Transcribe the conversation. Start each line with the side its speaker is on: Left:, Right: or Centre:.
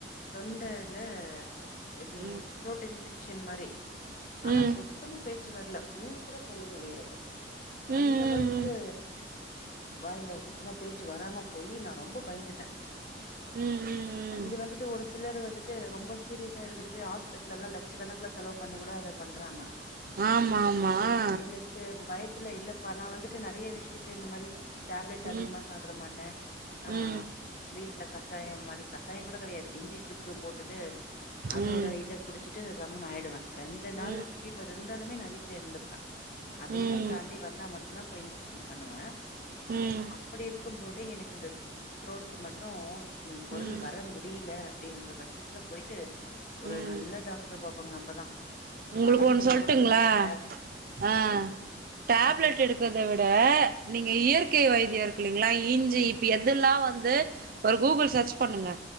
Left: தொண்டைல எப்டி
Right: ம்
Left: த்ரோட் இன்ஃபெக்ஷன் மாரி ஆனா
Right: ம்
Left: சுத் சுத்தமா பேச்சு வரல உம் கூட சொல்ல முடியாது
Right: ம் ம்
Left: அந்த அளவுக்கு வாயில சுத்தமா பேச்சு வராம போயி நா ரொம்ப பயந்துட்டே
Right: ம் ம் ம் ம்
Left: இது வந்துட்டு ஒரு சிலர் வந்துட்டு ரொம்ப சீரியஸா எடுத்துட்டு போய் ஹாஸ்பிடல் எல்லா லட்சக்கணக்கல செலவு பண்ணிக் கூட அத பண்றாங்க
Right: ஆமாம்மா ஆ
Left: எனக்கு பயத்துல இல்லப்பா நா வந்துட்டு நெறைய விஷயத்த இந்த மாரி டேப்லெட் அதிகமா
Right: ம்
Left: சாப்ட மாட்டே ஆ
Right: ம்
Left: வீட்ல கஷாயம் மாரி கஷாயோ கூட கெடையாது இஞ்சி சுக்கு போட்டுட்டு அதோட
Right: ம்
Left: இத குடிச்சிட்டு கம்முனு ஆயிடுவே. ரெண்டு நாள்
Right: ம் ம்
Left: ஃபீவர் இருந்தாலுமே நா வீட்ல இருந்துப்பே அதையு
Right: ம் ம்
Left: தாண்டி வந்தா மட்டும்தா போய் இன்ஜெக்ஷன் பண்ணுவே
Right: ம்
Left: அப்படி இருக்கு போதே எனக்கு இந்த த்ரோட் மட்டும் குரல்
Right: ம்
Left: வர முடியல அப்படின்ற பற் சிட்டில போயிட்டு ஒரு
Right: ம்
Left: நல்ல டாக்டர பாப்பங்க அப்பதா
Right: உங்களுக்கு
Left: பணம்
Right: ஒண்ணு
Left: போனா
Right: சொல்லுட்டுங்களா
Left: கூட பரவால்ல
Right: ஆ டேப்லெட்
Left: அப்படி
Right: எடு இருக்கறத விட நீங்க இயற்கை வைத்தியோ இருக்கு இல்லீங்களா இஞ்சி இப்ப எதெல்லா வந்து ஒரு கூகுள் சர்ச் பண்ணுங்க